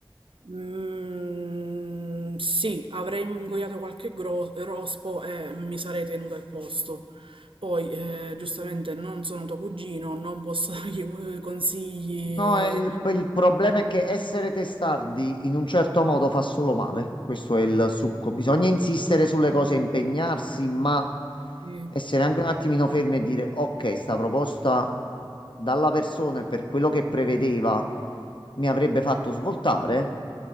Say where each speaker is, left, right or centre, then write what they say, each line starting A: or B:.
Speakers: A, on the right; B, on the left.
A: mh, sì, avrei ingoiato qualche gro- rospo e mi sarei tenuta il posto. Poi, eh, giustamente, non sono tuo cugino, non posso <laughs> dargli eh, consigli.
B: No, è il,
A: Eh,
B: il problema è che essere testardi in un certo modo fa solo male. Questo è il succo. Bisogna insistere sulle cose, impegnarsi, ma
A: sì.
B: essere anche un attimino fermi e dire: Ok, sta proposta dalla persona e per quello che prevedeva mi avrebbe fatto svoltare.